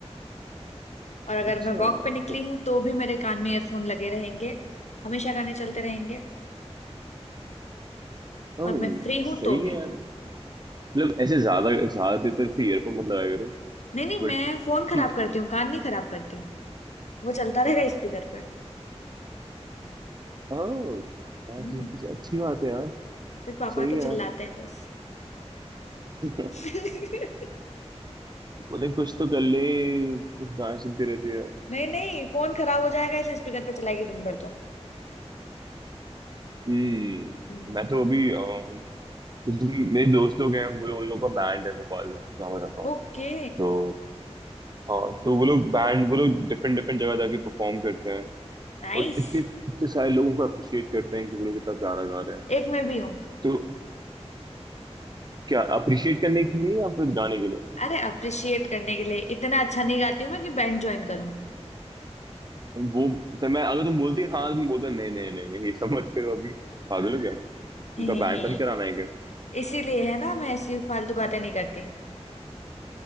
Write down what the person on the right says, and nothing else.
अच्छा
ओके
हम्म,
सही
है यार मतलब ऐसे ज्यादा ज्यादा देर तक ऐसे ईयरफोन मत लगाया करो
बट
ठीक
है
ओह यार
तो, तो तो अच्छी बात है यार
सही
है
<laughs>
बोले कुछ तो कर ले कुछ गाने सुनते रहते हैं
हम्म
मैं तो अभी अम, जैसे मेरे दोस्त लोग हैं वो लोग- उन लोग का बैंड है भोपाल में जहाँ मैं रहता हूँ
तो हाँ तो वो लोग बैंड वो लोग डिफरेंट डिफरेंट जगह जाके परफॉर्म करते हैं
और इतने इतने सारे लोग उनको अप्रिशिएट करते हैं कि वो लोग इतना प्यारा गा रहे हैं
तो क्या अप्रिशिएट करने के लिए या फिर गाने के लिए
वो तो मैं अगर तुम बोलती हाँ तो मैं बोलता नहीं नहीं नहीं नहीं ये सब मत करो अभी पागल हो गया
इनका
बैंड
बंद कराना है क्या